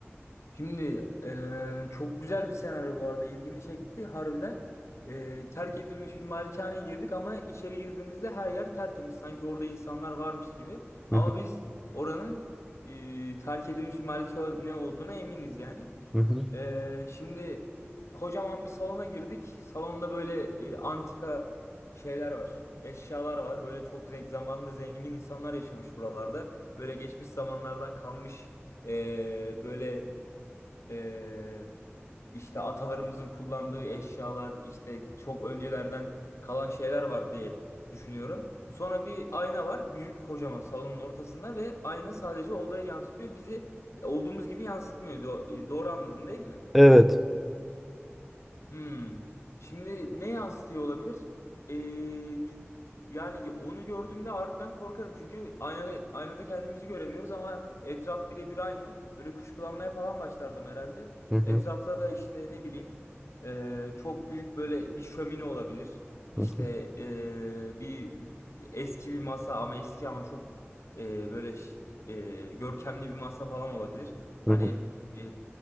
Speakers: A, on the left (about 80°); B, in the centre.
A: Şimdi eee, çok güzel bir senaryo bu arada ilgimi çekti harbiden. Eee, terk edilmiş bir malikaneye girdik ama içeri girdiğimizde her yer tertemiz. Sanki orada insanlar varmış gibi. Ama
B: Hı hı,
A: biz oranın eee terk edilmiş bir malikane olduğuna eminiz yani.
B: hı hı.
A: Ee, şimdi kocaman bir salona girdik. Salonda böyle e, antika şeyler var. Eşyalar var. Böyle çok zen zamanında zengin insanlar yaşamış buralarda. Böyle geçmiş zamanlardan kalmış e, böyle e, işte atalarımızın kullandığı eşyalar işte çok öncelerden kalan şeyler var diye düşünüyorum. Sonra bir ayna var. Büyük kocaman salonun ortasında ve ayna sadece odayı yansıtıyor. Bizi olduğumuz gibi yansıtmıyor. Do- e, doğru anladın değil mi?
B: Evet.
A: Hmm. Şimdi ne yansıtıyor olabilir? Ee, ç- yani onu gördüğümde harbiden korkarım. Çünkü aynada, aynada kendimizi göremiyoruz ama etraf birebir aynı. Böyle kuşkulanmaya falan başlardım herhalde.
B: Hı hı,
A: Etrafta da işte ne bileyim ee, çok büyük böyle bir şömine olabilir. İşte
B: hı hı,
A: ee, bir eski bir masa ama eski ama çok ee, böyle ş- ee, görkemli bir masa falan olabilir. Hani
B: hı hı.
A: ee,